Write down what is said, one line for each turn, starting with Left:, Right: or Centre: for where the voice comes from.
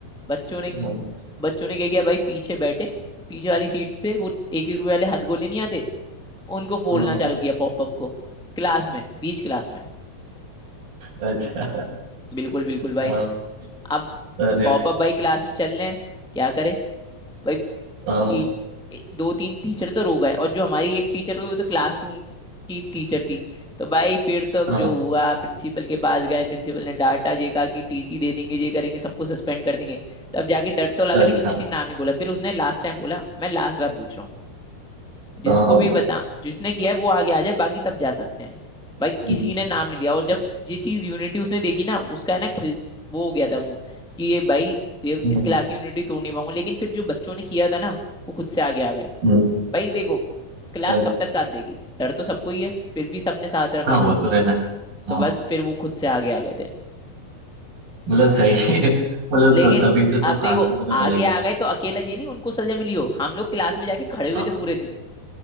Centre: बच्चों ने
Right: हाँ
Centre: बच्चों ने क्या किया भाई पीछे बैठे पीछे वाली सीट पे वो एक एक रुपए वाले हथगोले नहीं आते उनको फूलना
Right: हाँ, हाँ,
Centre: चालू किया पॉपअप को क्लास में बीच क्लास में
Right: अच्छा
Centre: बिल्कुल बिल्कुल भाई
Right: हाँ
Centre: अब
Right: अरे
Centre: पॉपअप भाई क्लास में चल रहे हैं क्या करे भाई
Right: हाँ
Centre: टी, ए- दो तीन टीचर तो रो गए और जो हमारी एक टीचर हुई वो तो क्लासरूम की टीचर थी तो भाई फिर तो
Right: हाँ
Centre: जो हुआ प्रिंसिपल के पास गए प्रिंसिपल ने डांटा ये कहा कि टीसी दे देंगे ये करेंगे सबको सस्पेंड कर देंगे तब जाके डर तो लगा
Right: अच्छा
Centre: लेकिन किसी ने नाम नहीं बोला फिर उसने लास्ट टाइम बोला मैं लास्ट बार पूछ रहा हूँ जिसको
Right: हाँ
Centre: भी बता जिसने किया है वो आगे आ जाए बाकी सब जा सकते हैं भाई
Right: हम्म,
Centre: किसी ने नाम नहीं लिया और जब
Right: अच्छा,
Centre: ये चीज यूनिटी उसने देखी ना उसका है ना खिल वो हो गया था मुंह कि ये भाई ये
Right: हम्म,
Centre: इस क्लास की यूनिटी तोड़ नहीं पाऊंगा लेकिन फिर जो बच्चों ने किया था ना वो खुद से आगे आ गए
Right: हम्म,
Centre: भाई देखो क्लास
Right: अच्छा,
Centre: कब तक साथ देगी डर तो सबको ही है फिर भी सबने साथ रखा
Right: हाँ वो तो है ना
Centre: तो
Right: हाँ
Centre: बस फिर वो खुद से आगे आ गए थे
Right: <laughs> मतलब सही है मतलब
Centre: लेकिन
Right: क- तभी तो
Centre: अब
Right: तो
Centre: देखो
Right: कांति मतलब
Centre: आगे
Right: अलग ही
Centre: आ
Right: थे
Centre: गए तो अकेला ये नहीं उनको सजा मिली हो हम लोग क्लास में जाके खड़े हुए
Right: हाँ
Centre: थे
Right: हाँ
Centre: पूरे दिन